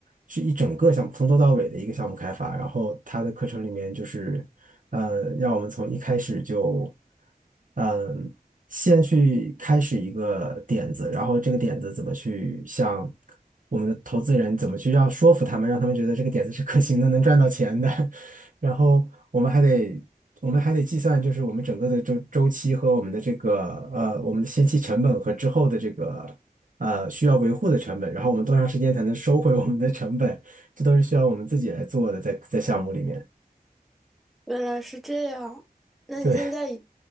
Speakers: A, on the right (about 60°); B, in the centre.
A: 是一整个项目从头到尾的一个项目开发。然后他的课程里面就是，呃，让我们从一开始就，嗯，先去开始一个点子，然后这个点子怎么去向我们的投资人怎么去让说服他们，让他们觉得这个点子是可行的，能赚到钱的。然后我们还得我们还得计算，就是我们整个的周周期和我们的这个呃我们的先期成本和之后的这个呃需要维护的成本，然后我们多长时间才能收回我们的成本，这都是需要我们自己来做的，在在项目里面。
B: 原来是这样。那你现在已
A: 对